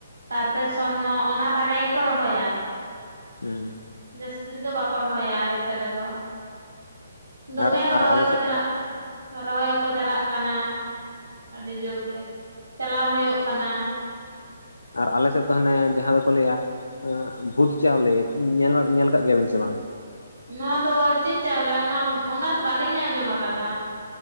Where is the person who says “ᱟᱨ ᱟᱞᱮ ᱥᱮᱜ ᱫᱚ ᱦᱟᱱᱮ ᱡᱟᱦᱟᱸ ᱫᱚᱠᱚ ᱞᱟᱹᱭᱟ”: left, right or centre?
Left